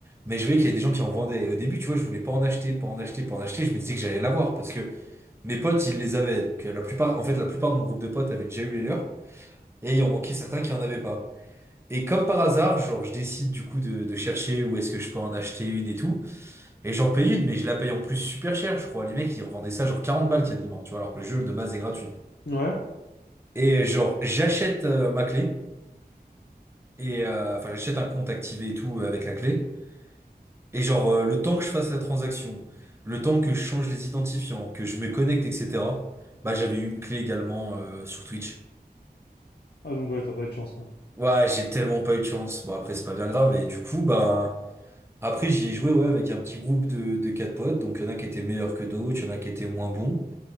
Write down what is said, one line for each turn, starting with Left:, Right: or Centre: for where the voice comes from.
Right: mais je voyais qu'il y avait des gens qui en vendaient. Et au début, tu vois, je voulais pas en acheter, pas en acheter, pas en acheter. Je me disais que j'allais l'avoir parce que mes potes, ils les avaient. Donc euh, la plupart, en fait, la plupart de mon groupe de potes avait déjà eu les leurs. Et il en manquait certains qui en avaient pas. Et comme par hasard, genre, je décide du coup de, de chercher où est-ce que je peux en acheter une et tout. Et j'en paye une, mais je la paye en plus super cher, je crois. Les mecs, ils revendaient ça genre 40 balles quasiment, tu vois, alors que le jeu de base est gratuit.
Left: Ouais?
Right: Et euh, genre, j'achète euh, ma clé, et euh, enfin, j'achète un compte activé et tout euh, avec la clé. Et genre, euh, le temps que je fasse la transaction, le temps que je change les identifiants, que je me connecte, etc., bah, j'avais eu une clé également euh, sur Twitch.
Left: Ah, donc ouais, t'as pas eu de chance, quoi.
Right: Ouais, j'ai tellement pas eu de chance. Bon, après, c'est pas bien grave. Et du coup, bah. Après, j'y ai joué ouais, avec un petit groupe de, de quatre potes, donc il y en a qui étaient meilleurs que d'autres, il y en a qui étaient moins bons.